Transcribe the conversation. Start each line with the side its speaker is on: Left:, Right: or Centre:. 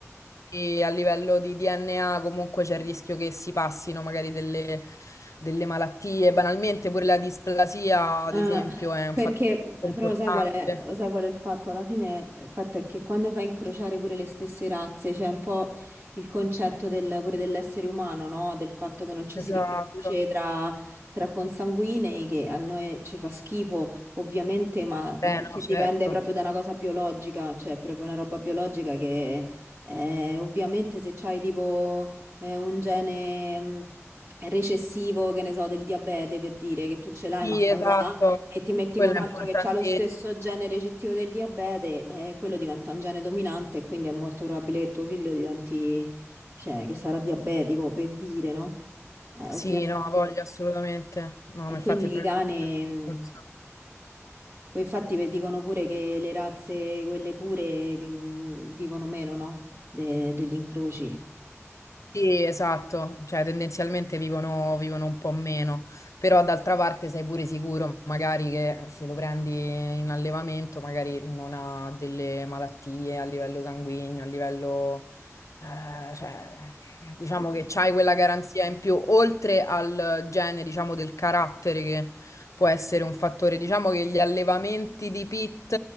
Left: e a livello di DNA comunque c'è il rischio che si passino magari delle, delle malattie. Banalmente pure la displasia, ad
Right: Eh,
Left: esempio, è un
Right: perché
Left: fattore importante.
Right: però sai qual è, sai qual è il fatto? Alla fine il fatto è che quando fai incrociare pure le stesse razze, c'è un po' il concetto del- pure dell'essere umano, no? Del fatto che non ci si
Left: Esatto.
Right: riproduce tra, tra consanguinei, che a noi ci fa schifo, ovviamente, ma è
Left: Eh
Right: perché
Left: no, certo.
Right: dipende proprio da una cosa biologica, cioè è proprio una roba biologica che eh, ovviamente se c'hai tipo eh, un gene mh, recessivo, che ne so, del diabete per dire che tu ce l'hai,
Left: Sì,
Right: ma sta
Left: esatto.
Right: là. E ti metti
Left: Quello
Right: con un
Left: è importantissimo.
Right: altro che ha lo stesso gene recettivo del diabete, e quello diventa un gene dominante e quindi è molto probabile che tuo figlio diventi, cioè, che sarà diabetico, per dire, no? Eh,
Left: Sì,
Right: ovviamente.
Left: no, voglio assolutamente. No,
Right: E
Left: ma
Right: quindi
Left: infatti è proprio
Right: i cani,
Left: questo il
Right: mh,
Left: discorso.
Right: poi infatti ve- dicono pure che le razze, quelle pure, che, mh, vivono meno, no? De- degli incroci.
Left: Sì, esatto, cioè tendenzialmente vivono, vivono un po' meno, però d'altra parte sei pure sicuro magari che se lo prendi in allevamento magari non ha delle malattie a livello sanguigno, a livello, eh, cioè, diciamo
Right: Mm.
Left: che c'hai quella garanzia in più, oltre al gene, diciamo, del carattere che può essere un fattore. Diciamo che gli allevamenti di pit